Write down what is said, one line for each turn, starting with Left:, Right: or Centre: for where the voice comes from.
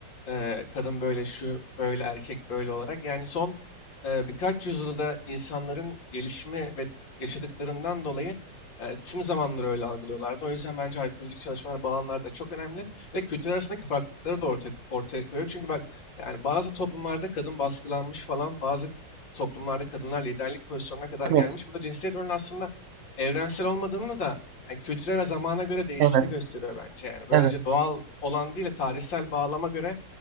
Left: eee, kadın böyle şu böyle erkek böyle olarak. Yani son eee, birkaç yüzyılda insanların gelişimi ve yaşadıklarından dolayı eee, tüm zamanları öyle algılıyorlardı. O yüzden bence arkeolojik çalışmalar bu alanlarda çok önemli ve kültür arasındaki farklılıkları da ortaya, ortaya koyuyor. Çünkü bak yani bazı toplumlarda kadın baskılanmış falan bazı toplumlarda kadınlar liderlik pozisyonuna kadar gelmiş.
Right: Evet,
Left: Bu da cinsiyet rolünü aslında evrensel olmadığını da yani kültüre ve zamana göre değiştiğini
Right: evet,
Left: gösteriyor bence yani. Böylece
Right: evet.
Left: doğal olan değil de tarihsel bağlama göre